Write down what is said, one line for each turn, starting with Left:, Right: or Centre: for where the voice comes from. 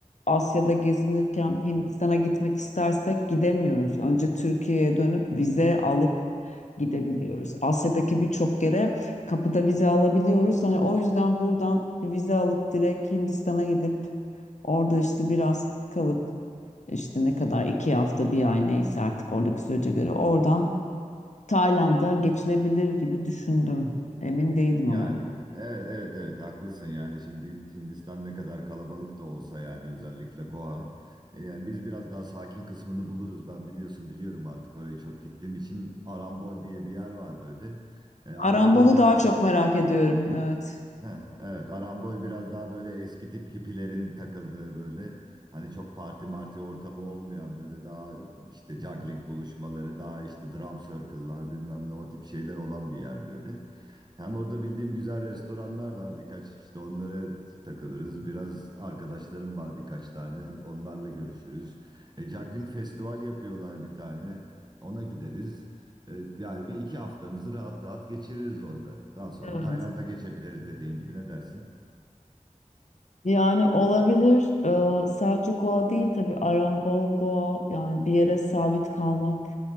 Left: Asya'da gezinirken Hindistan'a gitmek istersek gidemiyoruz. Önce Türkiye'ye dönüp vize alıp gidebiliyoruz. Asya'daki birçok yere kapıda vize alabiliyoruz. Hani o yüzden buradan bir vize alıp direkt Hindistan'a gidip orada işte biraz kalıp işte ne kadar iki hafta bir ay neyse artık oradaki sürece göre oradan Tayland'a geçilebilir gibi düşündüm. Emin değilim
Right: Yani
Left: ama.
Right: evet evet evet haklısın yani şimdi Hindistan ne kadar kalabalık da olsa yani özellikle Goa. E, Yani biz biraz daha sakin kısmını buluruz ben biliyorsun biliyorum artık orayı çok gittiğim için Arambol diye bir yer var böyle. E, Arambol
Left: Arambolu
Right: biraz
Left: daha çok
Right: daha bö-
Left: merak ediyorum. Evet.
Right: Heh, evet Arambol biraz daha böyle eski tip hippilerin takıldığı böyle hani çok parti marti ortamı olmayan böyle daha işte juggling buluşmaları daha işte drum circle'lar bilmem ne o tip şeyler olan bir yer böyle. Hem orada bildiğim güzel restoranlar var birkaç işte onlara takılırız. Biraz arkadaşlarım var birkaç tane onlarla görüşürüz. E, juggling festival yapıyorlar bir tane ona gideriz. E, yani bir iki haftamızı rahat rahat geçiririz orada. Daha sonra
Left: Evet.
Right: Tayland'a geçebiliriz dediğin gibi ne dersin?
Left: Yani olabilir. Ee, sadece Goa değil tabii Arambol Goa yani bir yere sabit kalmak